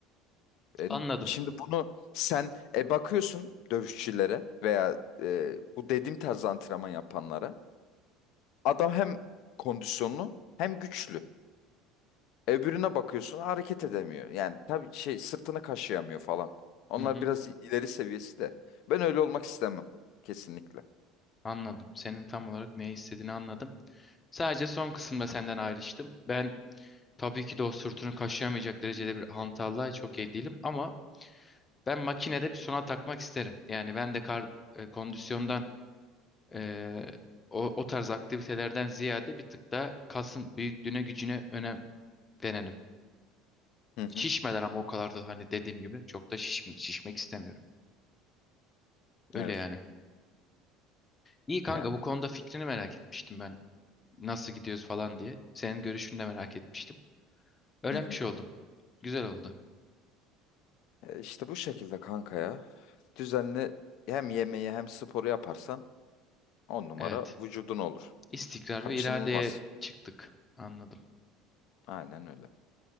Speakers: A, on the left; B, on the left.
A: E,
B: Anladım.
A: şimdi bunu sen e, bakıyorsun dövüşçülere veya e, bu dediğim tarz antrenman yapanlara. Adam hem kondisyonlu hem güçlü. Öbürüne bakıyorsun hareket edemiyor. Yani tabii şey sırtını kaşıyamıyor falan. Onlar
B: Hı hı.
A: biraz ileri seviyesi de. Ben öyle olmak istemem. Kesinlikle.
B: Anladım. Senin tam olarak ne istediğini anladım. Sadece son kısımda senden ayrıştım. Ben tabii ki de o sırtını kaşıyamayacak derecede bir hantallığa çok iyi değilim ama ben makinede bir sona takmak isterim. Yani ben de kar, e, kondisyondan Ee, o, o tarz aktivitelerden ziyade bir tık da kasın büyüklüğüne gücüne önem verelim.
A: Hı hı.
B: Şişmeden ama o kadar da hani dediğim gibi çok da şiş, şişmek istemiyorum. Öyle
A: Evet.
B: yani. İyi kanka
A: Yani
B: bu konuda fikrini merak etmiştim ben. Nasıl gidiyoruz falan diye. Senin görüşünü de merak etmiştim. Öğrenmiş
A: hı hı.
B: oldum. Güzel oldu.
A: E, işte bu şekilde kanka ya. Düzenli hem yemeği hem sporu yaparsan on numara
B: Evet.
A: vücudun olur.
B: İstikrar
A: Kaçınılmaz.
B: ve iradeye çıktık. Anladım.
A: Aynen öyle.